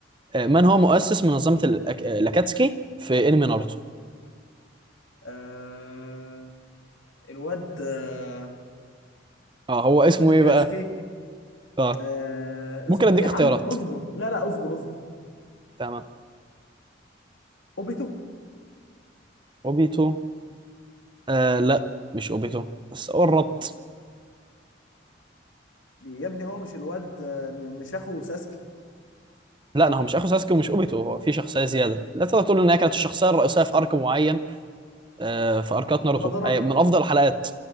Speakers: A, on the right (about 25°); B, on the left (about 80°).
A: آه، من هو مؤسس منظمه الأك... آه، الاكاتسكي في انمي ناروتو
B: آه... الواد آه...
A: اه هو اسمه
B: لاكاتسكي
A: ايه بقى اه
B: آه
A: ممكن
B: اصبر
A: اديك
B: يا عم
A: اختيارات
B: اصبر لا لا اصبر اصبر
A: تمام
B: اوبيتو
A: اوبيتو آه لا مش اوبيتو بس قرب
B: يا ابني هو مش الواد آه، م- مش اخو ساسكي
A: لا انا هو مش اخو ساسكي ومش اوبيتو هو في شخصيه زياده لا تقدر تقول ان هي كانت الشخصيه الرئيسيه في ارك معين آه، في اركات ناروتو
B: مضرة
A: أي- من افضل الحلقات